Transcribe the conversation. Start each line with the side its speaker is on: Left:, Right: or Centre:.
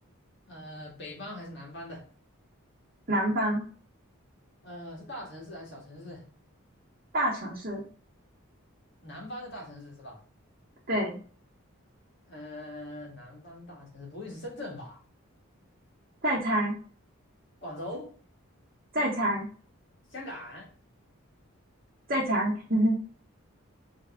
Left: 呃，北方还是南方的？
Right: 南方
Left: 呃，是大城市还是小城市？
Right: 大城市，
Left: 南方的大城市是吧？
Right: 对，
Left: 呃，南方大城市不会是深圳吧？
Right: 再猜，
Left: 广州、
Right: 再猜，
Left: 香港，
Right: 再猜，<laughs>